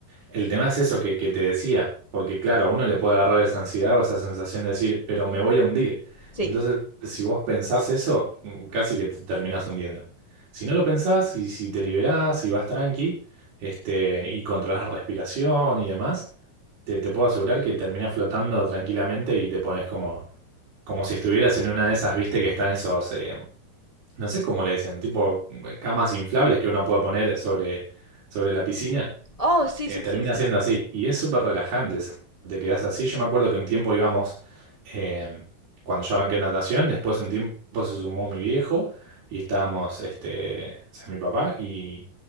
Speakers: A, on the right (about 90°); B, on the left (about 45°).
A: El tema es eso que, que te decía, porque claro, a uno le puede agarrar esa ansiedad o esa sensación de decir, pero me voy a hundir.
B: Sí.
A: Y entonces, si vos pensás eso, mm, casi que te terminás hundiendo. Si no lo pensás y si te liberás y vas tranqui, este, y controlás la respiración y demás, te, te puedo asegurar que terminás flotando tranquilamente y te pones como como si estuvieras en una de esas, viste, que están esos, eh, no sé cómo le dicen, tipo mm, eh, camas inflables que uno puede poner sobre, sobre la piscina,
B: Oh, sí,
A: eh,
B: sí,
A: termina
B: sí, sí.
A: siendo así. Y es súper relajante, s- te quedas así. Yo me acuerdo que un tiempo íbamos, eh, cuando yo arranqué natación, después un tiempo se sumó mi viejo y estábamos, este, o sea, mi papá, y,